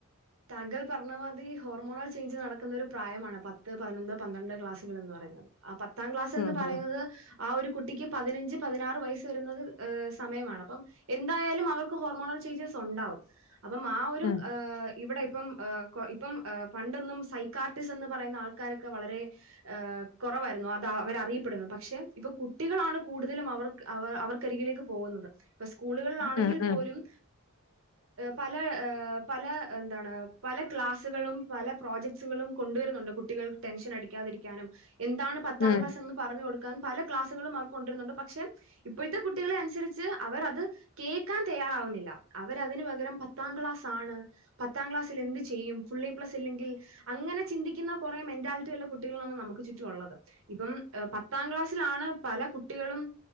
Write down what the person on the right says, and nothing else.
താങ്കൾ പറഞ്ഞമാതിരി ഹോർമോണൽ ചെയ്ഞ്ച് നടക്കുന്നൊരു പ്രായമാണ് പത്ത്, പതിനൊന്ന്, പന്ത്രണ്ട് ക്ലാസുകൾ എന്ന് പറഞ്ഞ ആ പത്താം ക്ലാസ് എന്ന്
പറയുന്നത്.
ആ ഒരു കുട്ടിക്ക് പതിനഞ്ച് പതിനാറ് വയസ്സ് വരുന്നത് സമയമാണ് അപ്പം എന്തായാലും അവർക്ക് ഹോർമോണൽ ചേയിഞ്ചസുണ്ടാവും. അപ്പോ ആ ഒരു
ഇവിടെ ഇപ്പം ഇപ്പം പണ്ടൊന്നും സൈക്കാർട്ടിസ് എന്ന് പറയുന്ന ആൾക്കാരൊക്കെ വളരെ കുറവായിരുന്നു. അത് അവര അറിയപ്പെടുന്നു. പക്ഷെ ഇപ്പൊ കുട്ടികളാണ് കൂടുതലും അവർക്ക് അവർക്കരികിലേക്ക് പോകുന്നത്. സ്കൂളുകളാണെങ്കിൽ
പോലും. പല പല എന്താണ് പല ക്ലാസ്സുകളും പല പ്രോജക്ട്സുകളും കൊണ്ടുവരുന്നുണ്ട്. കുട്ടികൾക്ക് ടെൻഷൻ അടിക്കാതിരിക്കാനും. എന്താണ് പത്താം
ക്ലാസ് എന്ന് പറഞ്ഞു കൊടുക്ക പല ക്ലാസ്സുകളും അവർക്ക് കൊണ്ടിരുന്നുണ്ട് പക്ഷെ ഇപ്പോഴത്തെ കുട്ടികളെ അനുസരിച്ച് അവർ അത് കേൾക്കാൻ തയാറ റാവുന്നില്ല അവരതിന് പകരം പത്താം ക്ലാസ് ആണ്. പത്താം ക്ലാസ്സിൽ എന്ത് ചെയ്യും. ഫുള്ള് എ പ്ലസ്ല്ലെങ്കിൽ അങ്ങനെ ചിന്തിക്കുന്ന കുറെ മെന്റാലിറ്റി ഉള്ള കുട്ടികള നമുക്ക് ചുറ്റുമുള്ളത്. ഇപ്പം പത്താം ക്ലാസ്സിലാണ്, പല കുട്ടികളും.